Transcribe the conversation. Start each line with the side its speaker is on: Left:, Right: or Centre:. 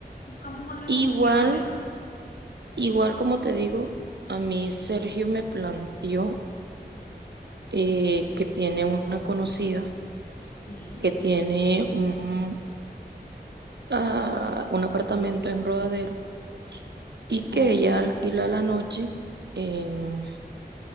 Left: buscamos otras
Right: igual,
Left: opciones.
Right: igual como te digo, a mí Sergio me planteó eh, que tiene una conocida
Left: Sí,
Right: que tiene un, ah, un apartamento en Rodadero y
Left: claro,
Right: que ella alquila la noche en,